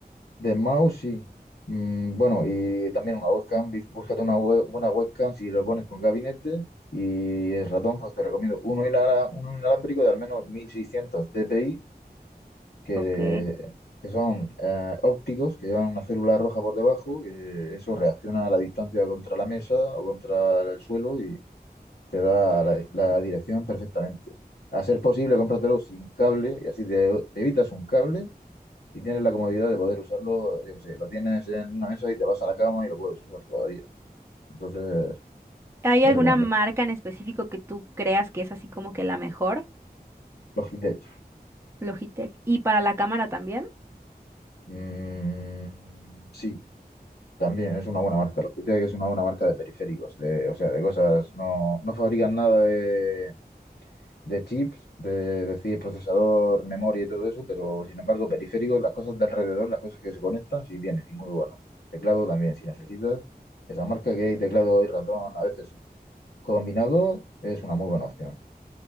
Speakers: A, on the left; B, on the right.
A: De mouse, sí. Mm, bueno, y también una webcam. bis- Búscate una web- buena webcam si lo pones con gabinete. Y el ratón, pues te recomiendo uno, inala- uno inalámbrico de al menos 1600 dpi, que,
B: Ok.
A: que son eh, ópticos, que llevan una célula roja por debajo, que eso reacciona a la distancia contra la mesa o contra el suelo y te da la, la dirección perfectamente. A ser posible, cómpratelo sin cable y así te te evitas un cable y tienes la comodidad de poder usarlo, yo qué sé, lo tienes en una mesa y te vas a la cama y lo puedes usar todavía. Entonces,
B: ¿Hay
A: es
B: alguna
A: recomendable.
B: marca en específico que tú creas que es así como que la mejor?
A: Logitech.
B: Logitech. ¿Y para la cámara también?
A: Mm, sí, también es una buena marca. Logitech es una buena marca de periféricos, de, o sea, de cosas. No, no fabrican nada de, de chips, de, decir procesador, memoria y todo eso, pero sin embargo, periféricos, las cosas de alrededor, las cosas que se conectan, sí tienen, y muy bueno. Teclado también, si necesitas. Esa marca que hay teclado y ratón a veces combinado es una muy buena opción.